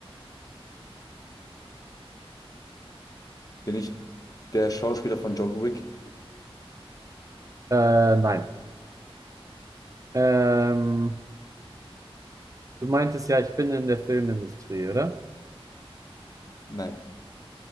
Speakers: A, on the left; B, on the right.
A: Bin ich der Schauspieler von John Wick?
B: Äh, nein. Ähm, du meintest ja, ich bin in der Filmindustrie, oder?
A: Nein.